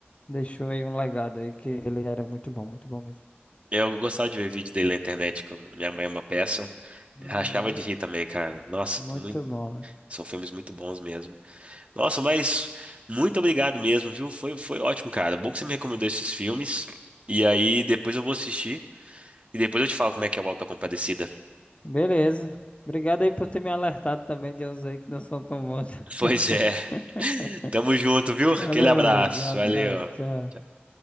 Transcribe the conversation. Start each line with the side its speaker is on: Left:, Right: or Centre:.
Left: deixou aí um legado aí que ele era muito bom, muito bom mesmo.
Right: Eu gostava de ver vídeos dele na internet com Minha Mãe é uma Peça.
Left: Uhum,
Right: Rachava de rir também, cara. Nossa,
Left: muito
Right: muito-
Left: bom, velho.
Right: são filmes muito bons mesmo. Nossa, mas muito obrigado mesmo, viu? Foi, foi ótimo, cara. Bom que você me recomendou esses filmes. E aí depois eu vou assistir e depois eu te falo como é que é o Auto da Compadecida.
Left: Beleza. Obrigado aí por ter me alertado também de uns aí que não são tão bons. <laughs>
Right: Pois é. <laughs> Tamo junto, viu? Aquele
Left: Valeu,
Right: abraço.
Left: meu amigo. Um Abraço,
Right: Valeu.
Left: tchau.
Right: Tchau.